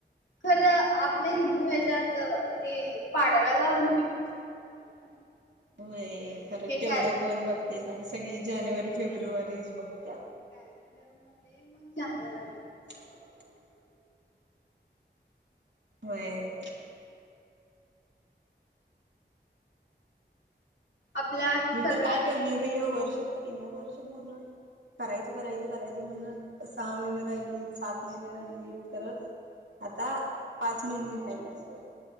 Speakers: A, on the left (about 80°); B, on the right (about 75°).
A: खरं आपल्या, हिंदू ह्याच्यात ते पाडव्याला नवीन व चालू होते ना
B: होय, खरं
A: हे
B: तेवढं
A: कॅ
B: कोण बघते, ना सगळी जानेवारी फेब्रुवारीच बघत्यात
A: कॅलेंडर मध्ये मग जानेवारी
B: हा होय
A: आपल्या
B: मी
A: सगळ्यात
B: तर काय केलं, नाही बा ह वर्ष ह्या वर्ष पूर्ण करायचं, करायचं, करायचं म्हणत, सहा महिने राहिलीत सात महिने राहिलीत करत आता पाच महिने राहिले, आब